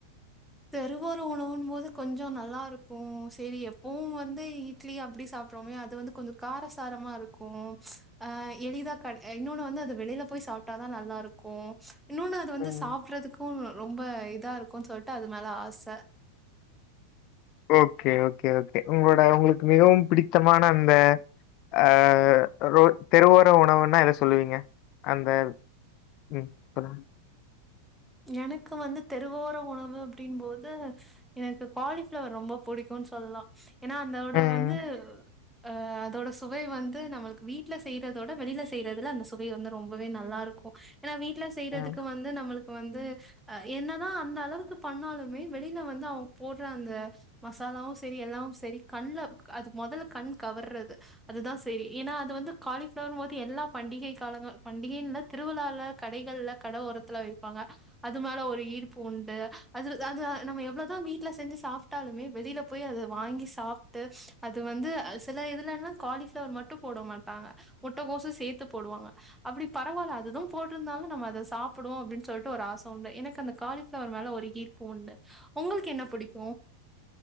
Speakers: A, in the centre; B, on the left.
A: தெருவோர உணவுன்போது கொஞ்சோ நல்லா இருக்கு சேரி எப்பவு வந்து இட் லி அப்டி சாப்ரோமே அது வந்து கொஞ்சோ காரசாரமா இருக்கு அ எளிதா க இன்னோன்னு வந்து அது வெளில போய் சாப் ட்டாதா நல்லா இருக்கு இன்னொன்னு அது வந்து
B: ம்
A: சாப்புரதுக்கு ரொம்ப இதா இருக்குன் சொல் ட்டு அது மேல ஆச
B: ஓகே ஓகே ஓகே உங்களோட உங்களுக்கு மிகவும் பிடித்தமான அந்த ஆ ரொ தெருவோர உணவுன்னா எத சொல்லுவீங்க அந்த ம் <unintelligible>
A: எனக்கு வந்து தெருவோர உணவு அப்டின் போது எனக்கு காலிஃப்ளவர் ரொம்ப பிடிக்குன் சொல்லலா ஏன்னா அந்தோட
B: ம்
A: வந்து ஆ அதோட சுவை வந்து நம்மளுக்கு வீட்ல செய்றதோட வெளில செய்றதுல அந்த சுவை வந்து ரொம்பவே நல்லா இருக்கு ஏன்னா வீட்ல செய்றதுக்கு
B: ம்
A: வந்து நம்மளுக்கு வந்து அ என்னதா அந்த அளவுக்கு பண்ணாலுமே வெளில வந்து அவங் போட்றாங்க மசாலாவு செரி எல்லாமு செரி கண்ல அது மொதல்ல கண் கவர்றது அதுதா சேரி ஏனா அது வந்து காலிஃப்ளருன்போது எல்லா பண்டிகை காலங்கள் பண்டிகைன்னு இல்ல திருவிழால கடைகள்ல கட ஓரத்துல வெப் அது மேல ஒரு ஈர்ப்பு உண்டு அதுல அது நம்ம எவ்ளோதா வீட்ல செஞ்சு சாப்ட்டாலுமே வெளில போய் அத வாங்கி சாப் ட்டு அது வந்து அ சில இதுலல்லா காலிஃபளவர் மட்டு போட மாட்டாங்க முட்டகோசு சேத்து போடுவாங்க அப்படி பரவால்ல அதுதூ போட்ருந்தாலு நம்ம அத சாப்புடுவோ அப்டின் சொல்ட்டு ஒரு ஆச உண்டு எனக்கு அந்த காலிஃபிளவர் மேல ஒரு கீர்பூண்டு உங்களுக்கு என்ன புடிக்கு